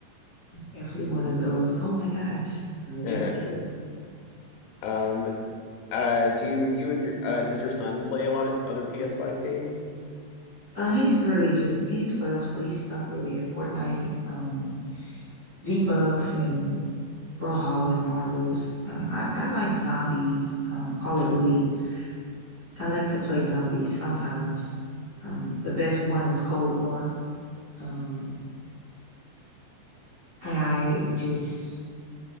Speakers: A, on the right; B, on the left.
A: Definitely one of those, oh my gosh, you know, jump
B: Uh,
A: scares.
B: um, uh, do you and uh, does your son play a lot of other PS5 games?
A: Um, he's really just he's 12, so he's stuck really at Fortnite, um, V-Bucks and Brawlhalla and Marvels. Um, I, I like zombies, um, Call
B: No.
A: of Duty. I like to play zombies sometimes. Um, the best one was Cold War. Um, and I just